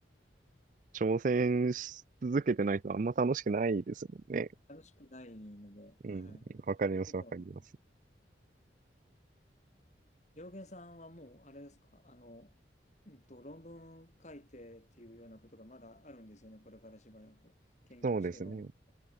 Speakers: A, on the right; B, on the left.
A: 挑戦し続けてないとあんま楽しくないですもんね。
B: 楽しくないので、
A: うん、
B: はい。
A: わかります、
B: そういうことはね。
A: わかります。
B: 良源さんはもう、あれですか、あの、うんと、論文書いてっていうようなことがまだあるんですよね、これからしばらく。研究して論文。
A: そうですね。